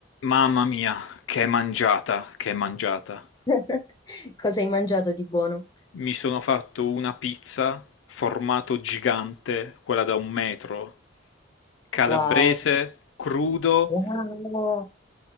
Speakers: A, on the left; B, on the left.
A: Mamma mia, che mangiata, che mangiata.
B: <laughs> Cosa hai mangiato di buono?
A: Mi sono fatto una pizza, formato gigante, quella da un metro, calabrese,
B: Wow.
A: crudo,
B: Wow,